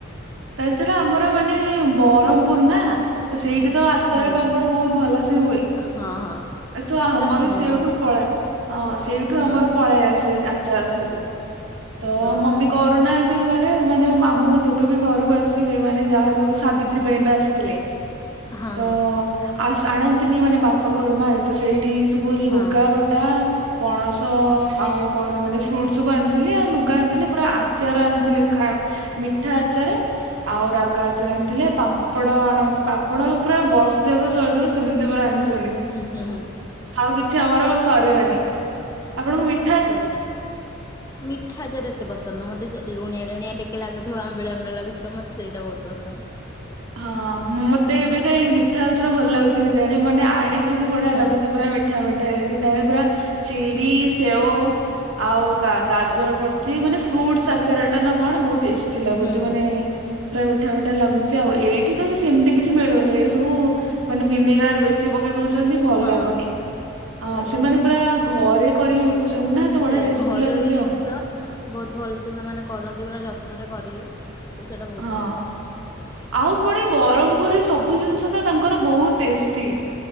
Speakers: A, on the right; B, on the left.
A: ତା ଛଡା ଆମର ମାନେ ବରମପୁର ନା। ତ ସେଇଠି ତ ଆଚାର
B: ହୁଁ।
A: ପାମ୍ପଣ ବହୁତ ଭଲସେ ହୁଏ।
B: ହଁ ହଁ।
A: ଏ ତ ଆମର
B: ତା ଫେମସ
A: ସେଇଠୁ ପଳାଏ ହଁ ସେଇଠୁ
B: ହଁ
A: ଆମର ପଳେଇ ଆସେ ଆ ଚାର ସବୁ ତ
B: ହଁ
A: ମମି କରୁନାହାନ୍ତି ଘରେ। ରେ ମୋ ମାମୁଁ ଯେବେ ବି ଘରକୁ ଆସିବେ ମାନେ ଯାହା ବି ହଉ ସାବିତ୍ରୀ ପାଇଁ ଏବେ ଆସିଥିଲେ
B: ହଁ
A: ତ ଆସ ଆଣନ୍ତିନି ମାନେ ବାପା ଘରୁ ମା ତ ସେଇଠି ସବୁ
B: ହଁ।
A: ଲୁଗା ପ ଟା ପଣସ ଆଉ କଣ ମାନେ ଫ୍ରୁଟ ସବୁ ଆଣିଥିଲି ଆଉ ଲୁଗା ଆଣିଥିଲି ପୁରା ଆଚାର ଆଣିଥିଲେ ଖା ମିଠା ଆଚାର ଆଉ ରାଗ ଆଚାର
B: ହୁଁ
A: ଆଣିଥିଲେ ପାମ୍ପ ପାମ୍ପଡ ଆଣନ୍ତି ପାମ୍ପଡ ପୁରା ବର୍ଷ ଯାକ ଚଳିଯିବ ସେମତି ପୁରା ଆଣି ଥିବେ
B: ହୁଁ ହୁଁ
A: ଆଉ କିଛି ଆମର ସରିବନି ଆପଣଙ୍କୁ ମିଠ
B: ସେଇଟା। ମିଠା ଆଚାର ଏତେ ପସନ୍ଦ ନୁହଁ ମତେ ଟିକେ ଲୁଣିଆ ଲୁଣିଆ ଟିକେ ଲାଗୁଥିବ ଆମ୍ବିଳା ଆମ୍ବିଳା ଲାଗୁଥିବ ତ ମତେ ସେଇଟା ବହୁତ ପସନ୍ଦ।
A: ହଁ ମତେ ଏବେ କାଇଁ ମିଠା ଆଚାର ଭଲ ଲାଗୁଛି କେଜାଣି ମାନେ ଆଣିଛନ୍ତି ବଢିଆ
B: ହଁ
A: ଲାଗୁଛି ପୁରା ମି ମିଠା ମିଠା ହେଇକି ତାଧେରେ ପୁରା ଚେରି, ସେଓ ଆଉ
B: ହଁ
A: ଗାଜର ପଡ ସିଏ ମାନେ ଫ୍ରୁଟସ ଆଚାର ଟା ନା କଣ ବହୁତ ଟେଷ୍ଟି ଲାଗୁଛି
B: ହୁଁ ହୁଁ
A: ମାନେ ପୁରା ମିଠା ମିଠା ଲାଗୁଛି। ଆଉ ଏଇଠି ତ ସେମିତି କିଛି ମିଳୁନି ଏଇଠି ସବୁ ମାନେ ଭିନେଗାର ବେଶୀ ପ ପକେଇ ଦଉଛନ୍ତି ଭଲ
B: ହଁ
A: ଲାଗୁନି, ଆ
B: ସେଇଆ।
A: ସେମାନେ ପୁରା ଘରେ କରିକି ବିକୁଛନ୍ତି ନା ତ ବଢିଆ
B: ସେୟା
A: ଟେଷ୍ଟି
B: ଘରୋଇ
A: ଲାଗୁଛି
B: ଜିନିଷ
A: ଆଉ।
B: ବହୁତ ଭଲସେ ସେମାନେ କରନ୍ତି ପୁରା ଯତ୍ନରେ କରିବେ। ମୋତେ ସେଇଟା ବହୁତ
A: ହଁ
B: ଭଲ, ହଁ।
A: ଆଉ ପୁଣି ବରମପୁରରେ ସବୁ ଜିନିଷ ନା ତାଙ୍କର ବହୁତ ଟେଷ୍ଟି,